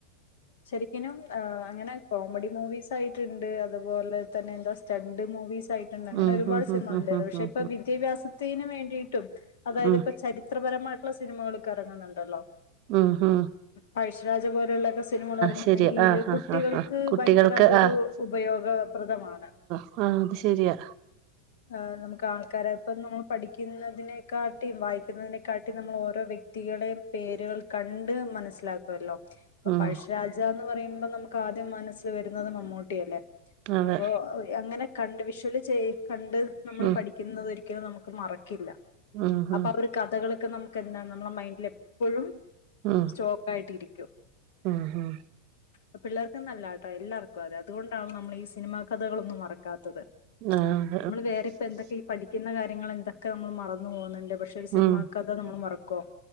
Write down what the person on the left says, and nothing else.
ശരിക്കനും- ആഹ് അങ്ങനെ കോമഡി മൂവീസ് ആയിട്ടുണ്ട്, അതുപോലെ തന്നെ- എന്താ സ്റ്റണ്ട് മൂവീസ് ആയിട്ട് ഇണ്ട്. ണ്ട് അങ്ങനെ
ഒരുപാട്
സിനിമ
ഉണ്ടായത്
പക്ഷെ
ഇപ്പോ- വിദ്യാഭ്യാസത്തിന് വേണ്ടിയിട്ടും, അതായത്
ഇപ്പ ചരി- ചിത്രപരമായിട്ടുള്ള സിനിമകൾക്ക് ഇറങ്ങുന്നുണ്ടല്ലോ.
പഴഷരാജ പറല്ല. സിനിമകൾ ഇറങ്ങണമെങ്കില്-
കുട്ടികൾക്ക്
ഭയങ്കര അതൊരു-
ഉപയോഗപ്രദമാണ്.
ആഹാ നമുക്ക് ആൾക്കാരായ ഇപ്പ നമ്മ- പഠിക്കുന്നതിനെക്കാട്ടിയും, വായിക്കുന്നതിനെക്കാട്ടിയും, നമ്മൾ ഓരോ വ്യക്തികളെയും പേരുകൾ- കണ്ട് മനസ്സിലാക്കുവല്ലോ? അപ്പ
പഴശ്ശിരാജ എന്ന് പറയുമ്പോ- നമുക്ക് ആദ്യം മനസ്സിൽ വരുന്നതും, മമ്മൂട്ടിയല്ലേ?
അപ്പോ, അങ്ങനെ കണ്ട് വിഷ്വല് ചെയ കണ്ട് നമ്മൾ
പഠ- ക്കുന്നത് ഒരിക്കലും നമുക്ക്- മറക്കില്ല.
അപ്പ
അവർ- കഥകളൊക്കെ നമുക്ക് എന്താ- നമ്മളെ മൈൻഡിൽ എപ്പോഴും-
ഓക്കായിട്ടിരിക്കും.
പ്പ് പിള്ളേർക്ക് ന്നല്ലാട്ടോ എല്ലാർക്കും. അതെ അതുകൊണ്ടാവും നമ്മൾ ഈ- സിനിമാ കഥകളൊന്നും- മറക്കാത്തത്.
മ്മള് വേറെ ഇപ്പെന്തെക്കെ ഈ പഠിക്ക്ന്ന കാര്യങ്ങളെന്തെക്കെ മ്മള് മറന്ന് പോവ്ന്ന്ണ്ട് പഷ് ഒരു സിൻമാക്കഥ
നമ്മള് മറക്കോ?